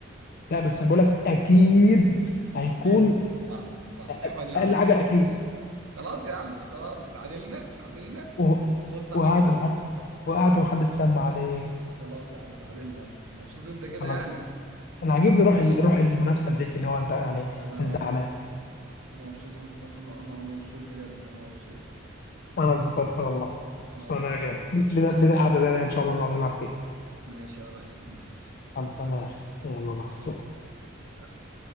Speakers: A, on the left (about 50°); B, on the right (about 80°).
A: لا بس انا بقول لك اكيد هيكون
B: ماشي صح صح
A: أقل
B: اقعد العب
A: أقل حاجه
B: بك
A: اكيد
B: ماشي خلاص يا عم خلاص اتعادلنا اتعادلنا
A: و-
B: خلصنا
A: وقعت
B: على كده
A: ومحد وقعت ومحدش سمع عليك
B: خلاص يا عم اتعادلنا مبسوط انت كده
A: خلاص
B: يعني
A: انا عاجبني روح ال- روح المنافسه اللي فيك اللي هو انت يعني
B: لا لا
A: مش زعلان
B: لا والله انا مبسوط انا انا انا, أنا مبسوط بجد انا مبسوط
A: انا اتبسطت والله
B: انا
A: خلصانه
B: اكتر
A: يا
B: والله
A: اخي لنا لنا قعده تانيه ان شاء الله نقعد نلعب فيها
B: ماشي يا ريس ماشي
A: خلصانه يا اخي يلا مع السلامه
B: سلام